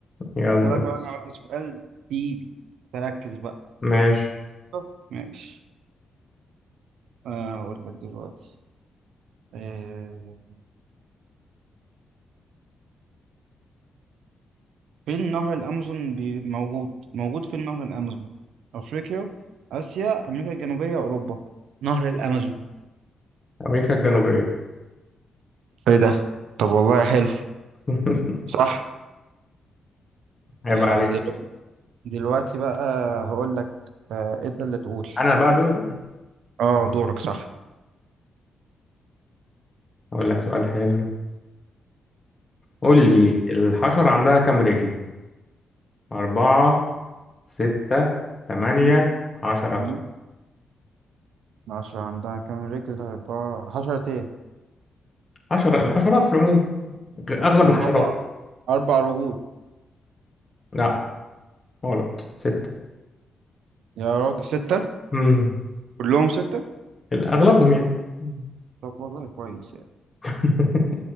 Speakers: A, on the left; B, on the right.
A: يلا
B: سألك بقى انا بقى سؤال تقيل تركز بقى
A: ماشي
B: طب، ماشي آه اقول لك دلوقتي آه، في نهر الأمازون بي- موجود موجود في نهر الأمازون أفريقيا آسيا أمريكا الجنوبية أوروبا نهر الأمازون
A: أمريكا الجنوبية
B: ايه ده طب والله حلو
A: <laughs>
B: صح
A: عيب
B: آه
A: عليك
B: دلوقتي دلوقتي بقى هقول لك آه، أنت اللي تقول
A: أنا بقى دوري بقى
B: اه دورك صح
A: أقول لك سؤال حلو قول
B: قولي
A: لي الحشرة عندها كام رجل؟ أربعة ستة تمانية
B: مم،
A: عشرة
B: مم. عشرة عندها كام رجل أربعة حشرة إيه
A: عشرة الحشرات في العموم غ- أغلب
B: عندهم
A: الحشرات
B: أربع رجول
A: لا غلط ستة
B: يا راجل ستة
A: امم
B: كلهم ستة
A: أغلبهم يعني مم.
B: طب والله كويس يعني
A: <laughs>